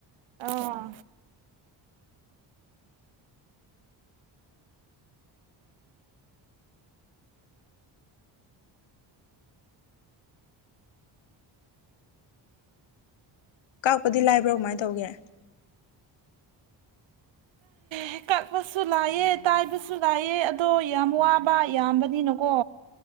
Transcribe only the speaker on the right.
ꯑꯣ
ꯍꯦꯛ ꯀꯥꯛꯄꯁꯨ ꯂꯥꯏꯑꯦ ꯇꯥꯏꯕꯁꯨ ꯂꯥꯏꯑꯦ ꯑꯗꯣ ꯌꯥꯝ ꯋꯥꯕ ꯌꯥꯝꯕꯅꯤꯅꯀꯣ